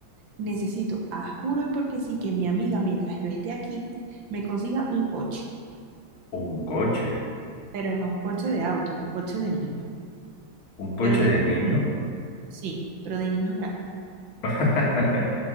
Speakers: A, on the right; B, on the left.
A: necesito, a juro y porque sí, que mi amiga, mientras yo esté aquí, me consiga un coche,
B: un coche,
A: pero no un coche de auto, un coche de niño.
B: un coche
A: Pero de
B: de niño.
A: sí, pero de niños grandes.
B: <laughs>